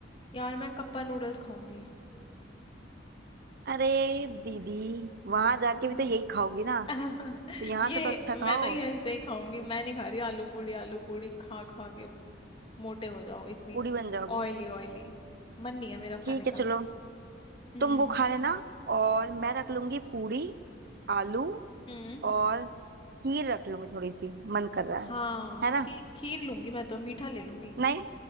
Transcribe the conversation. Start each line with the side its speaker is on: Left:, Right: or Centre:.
Left: यार मैं कप्पा नूडल्स खाऊंगी
Right: अरे दीदी वहां जाके
Left: हम्म।
Right: भी तो यही खाओगी ना
Left: <laughs>
Right: तो यहाँ
Left: ये
Right: से तो अच्छा खाओ
Left: मैं तो यही से ही खाऊंगी मैं नहीं खा रही आलू पूड़ी आलू पूड़ी खा खा के मोटे हो जाओ इतनी
Right: पूरी बन जाओगे
Left: ऑयली ऑयली मन नहीं है मेरा
Right: ठीक
Left: खाने
Right: है
Left: का
Right: चलो
Left: हम्म
Right: तुम वो खा लेना और मैं रख लूंगी पूरी आलू
Left: हम्म
Right: और खीर रख लूंगी थोड़ी सी मन कर रहा
Left: हाँ
Right: है है ना
Left: खी, खीर लूंगी मैं तो मीठा ले लूंगी
Right: नहीं